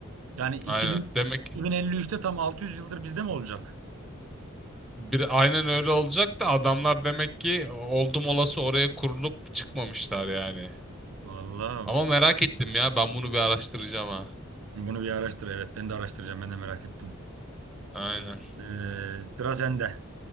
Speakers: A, on the right; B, in the centre.
A: Yani 2000,
B: Aynen. Demek
A: 2053'te tam 600 yıldır bizde mi olacak?
B: bir aynen öyle olacak da adamlar demek ki oldum olası oraya kurulup çıkmamışlar yani.
A: Vallahi
B: Ama merak ettim ya ben bunu bir araştıracağım ha.
A: bunu bir araştır. Evet ben de araştıracağım. Ben de merak ettim.
B: Aynen.
A: Ee, sıra sende.